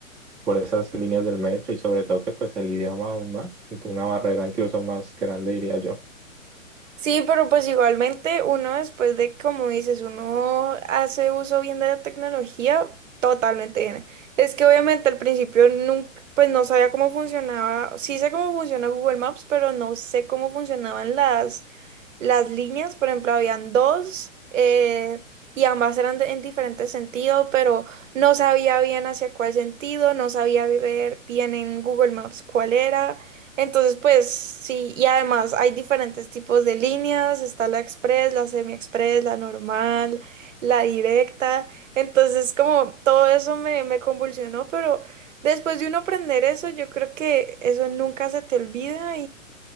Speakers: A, in the centre; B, on the right (about 65°).
A: por esas líneas del metro y sobre todo que pues el idioma aún más, una barrera incluso más grande diría yo.
B: Sí, pero pues igualmente uno después de, como dices, uno hace uso bien de la tecnología, totalmente bien. Es que obviamente al principio nunca, pues no sabía cómo funcionaba, sí sé cómo funciona Google Maps, pero no sé cómo funcionaban las, las líneas, por ejemplo, habían dos eh, y ambas eran de- en diferentes sentidos, pero no sabía bien hacia cuál sentido, no sabía ver bien en Google Maps cuál era. Entonces, pues sí, y además hay diferentes tipos de líneas, está la express, la semi-express, la normal, la directa. Entonces, como todo eso me, me convulsionó, pero después de uno aprender eso, yo creo que eso nunca se te olvida